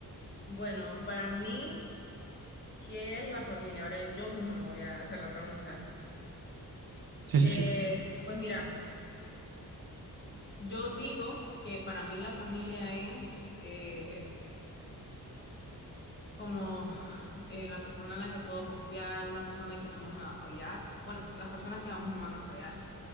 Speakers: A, on the left; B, on the right.
A: Bueno, para mí, ¿qué es la familia? Ahora yo mismo me voy a hacer la pregunta.
B: Sí,
A: Eh,
B: sí, sí.
A: pues mira, yo digo que para mí la familia es, eh, como eh, la persona en la que puedo confiar, una persona que jamás me va a fallar. Bueno, las personas que jamás me van a fallar,